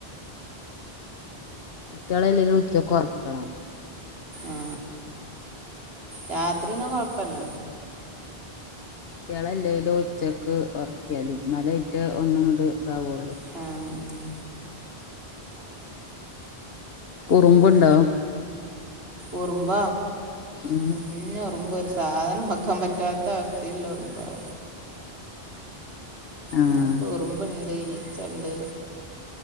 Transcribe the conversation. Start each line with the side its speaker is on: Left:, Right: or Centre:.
Left: കുട്ടിയാളല്ലേലും ഉച്ചക്ക് ഒറക്കണം
Right: ഏ രാത്രി ഒന്നും കൊഴപ്പല്ല
Left: കുട്ടിയാളല്ലേലും ഉച്ചക്ക് ഉറക്കിയാല് ന്നാല് അയ്റ്റ ഒന്നുംങ്ങട്ട് ഇതാവുള്ളൂ
Right: ഹേ ഹേ
Left: കുറുമ്പുണ്ടോ
Right: ഏ ഉറുമ്പ
Left: ഉം
Right: കുഞ്ഞ് ഉറുമ്പ് വ സാധനം വെക്കാൻ പറ്റാത്ത അവസ്ഥീൽല്ലെ ഉറുമ്പാള
Left: ആഹ്
Right: ഞാക്ക് ഉറുമ്പുണ്ട് ഈച്ചണ്ട്